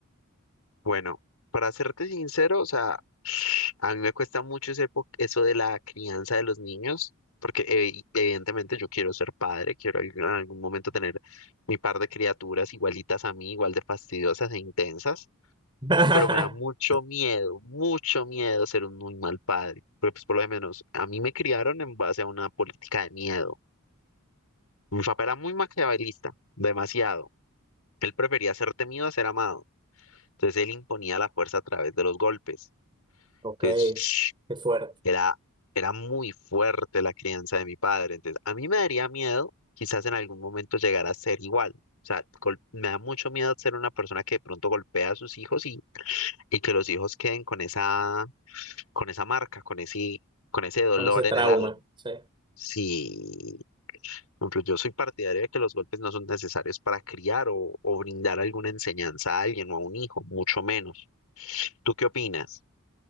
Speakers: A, on the left; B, on the right.
A: Bueno, para serte sincero, o sea, <sniffs> a mí me cuesta mucho ese po- eso de la crianza de los niños, porque evi- evidentemente yo quiero ser padre, quiero al- en algún momento tener mi par de criaturas igualitas a mí, igual de fastidiosas e intensas,
B: <laughs>
A: pero me da mucho miedo, mucho miedo ser un muy mal padre, porque pues por lo menos a mí me criaron en base a una política de miedo. Mi papá era muy maquiavelista, demasiado. Él prefería ser temido a ser amado. Entonces él imponía la fuerza a través de los golpes.
B: Ok,
A: Entonces <sniffs>
B: qué fuerte,
A: era, era muy fuerte la crianza de mi padre. Entonces a mí me daría miedo quizás en algún momento llegar a ser igual. O sea, gol- me da mucho miedo ser una persona que de pronto golpea a sus hijos y, y que los hijos queden con esa, con esa marca, con ese, con ese dolor
B: con ese trauma,
A: en el alma.
B: sí.
A: Sí, por ejemplo, yo soy partidario de que los golpes no son necesarios para criar o, o brindar alguna enseñanza a alguien o a un hijo, mucho menos. ¿Tú qué opinas?